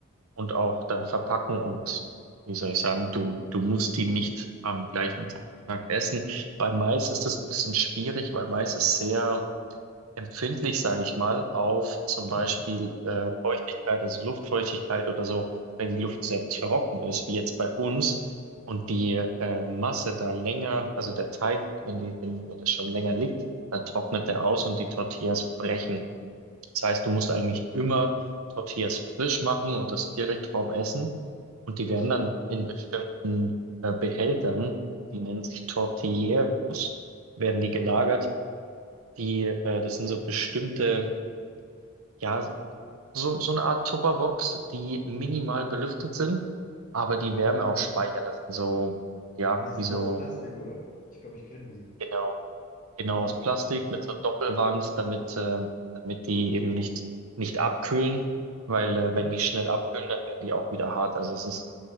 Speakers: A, on the right; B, on the left.
A: und auch dann verpacken und wie soll ich sagen, du, du musst die nicht am gleichen Tag essen. Bei Mais ist es ein bisschen schwierig, weil Mais ist sehr empfindlich, sage ich mal, auf zum
B: Mhm.
A: Beispiel äh, Feuchtigkeit, also Luftfeuchtigkeit oder so, wenn die Luft sehr trocken ist, wie jetzt bei uns. Und die äh, Masse da länger, also der Teig, wenn die, wenn, wenn das schon länger liegt, dann trocknet der aus und die Tortillas brechen. Das heißt, du musst eigentlich immer Tortillas frisch machen und das direkt vorm Essen. Und die
B: Das,
A: werden dann in bestimmten äh, Behältern, die nennen sich Tortilleros, werden die
B: aha.
A: gelagert. Die, äh, das sind so bestimmte, ja, so, so eine Art Tupperbox, die minimal belüftet sind, aber die Wärme auch speichern. Das sind so, ja,
B: Ah, Die sind
A: wie so,
B: so aus Plastik, oder? Ich glaube, ich kenne die.
A: genau. Genau,
B: Ja.
A: aus Plastik mit so einer Doppelwand, damit, ähm, damit die eben nicht, nicht abkühlen, weil
B: Mhm.
A: äh, wenn die schnell abkühlen, dann werden die auch wieder hart. Also es ist,